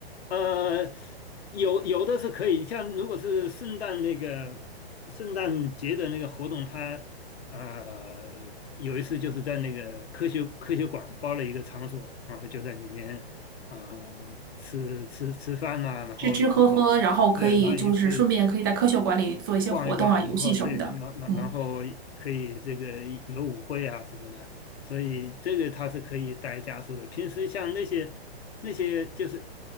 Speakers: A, on the left; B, on the right.
A: 呃，有有的是可以，像如果是圣诞那个圣诞节的那个活动，它呃有一次就是在那个科学科学馆包了一个场所，然后就在里面呃吃吃吃饭呐、然后
B: 吃吃喝喝，然后可以就是顺便可以在科学馆里做一些活动啊、
A: 对，然后也可以逛一逛，
B: 游戏什么的。
A: 然后对，然然然后可以这个有舞会啊什么的，
B: 嗯。
A: 所以这个它是可以带家属的。平时像那些那些就是